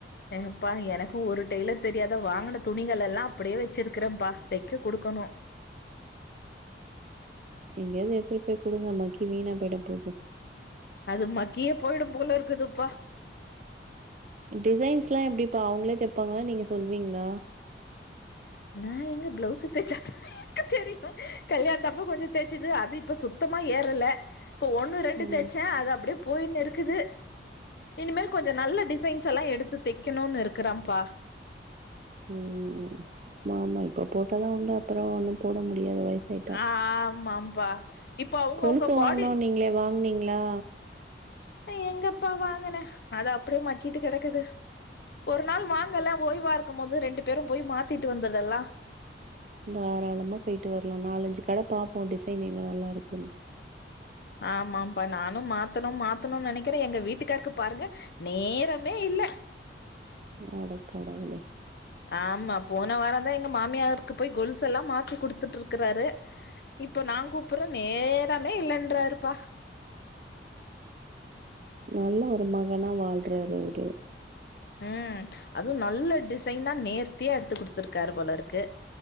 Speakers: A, on the left; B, on the right.
A: ஏப்பா எனக்கு ஒரு டெய்லர் தெரியாத வாங்குன துணிகள் எல்லா அப்படியே வச்சிருக்கிற பா தைக்க குடுக்கணு
B: எங்கயாவ்து எட்த்துட்டு போய் குடுங்க மக்கி வீணா போயிட போது
A: அது மக்கியே போயிடு போல இருக்குதுப்பா
B: டிசைன்ஸ்லா எப்டிப்பா அவுங்களே தெப்பாங்களா நீங்க சொல்வீங்ளா
A: நா எங்க ப்ளவுஸ்சு தச்சாத்தா தெரியு கல்யாணாதப்ப கொஞ்சோ தேச்சது அது இப்ப சுத்தமா ஏறல இப்ப ஒண் ரெண்டு
B: ம்
A: தெச்சே அது அப்புட்யே போயின்னிருக்குது இனிமேல் கொஞ்சோ நல்ல டிசைன்ஸெலா எடுத்து தெக்கணுனு இருக்கிறம்ப்பா
B: ம் மாமா இப்ப போட்டா தா உண்ட அப்புறோ ஒன்னு போட முடியாது வயசாயிட்டா
A: ஆமாப்பா இப்ப அவங்கவுங்க
B: கொலுசு
A: பாடி
B: வாங்கனுன்னீங்களே வாங்னீங் லா
A: நா எங்கப்பா வாங்குனே அது அப்டியே மக்கிட்டு கெடக்குது ஒரு நாள் வாங்கலே ஓய்வா இருக்குமோது ரெண்டு பேரு போய் மாத்திட்டு வந்துடுலா
B: தாராளம போயிட்டு வர்லா நாலஞ்சு கட பாப்போ டிசைன் எங்க நல்லா இருக்குன்
A: ஆமாம்ப்பா நானு மாத்தனு மாத்தணு நனைக்கிற எங்க வீட்டுக்காருக்கு பாருங்க நேரமே இல்ல
B: அடக் கடவுளே
A: ஆமா போன வாரந்தா எங்க மாமியாருக்கு போய் கொலுசெல்லா மாத்தி குடுத்துட்டுருக்குறாரு இப்ப நா கூப்புறே நேரமே இல்லன்றாருப்பா
B: நல்ல ஒரு மகனா வாழ்றாரு அவரு
A: ம் அதுவு நல்ல டிசைனா நேர்த்தியா எடுத்து குடுத்துருக்காரு போலருக்கு